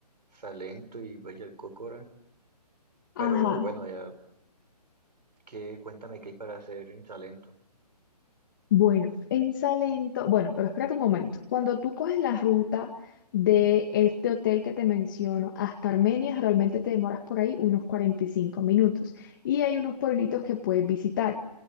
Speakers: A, on the right (about 90°); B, on the left (about 30°).
A: Salento y vaya el Cócora,
B: Ajá.
A: pero bueno, ya qué, cuéntame qué hay para hacer en Salento.
B: Bueno, en Salento, bueno, pero espérate un momento. Cuando tú coges la ruta de este hotel que te menciono hasta Armenia, realmente te demoras por ahí unos 45 minutos y hay unos pueblitos que puedes visitar.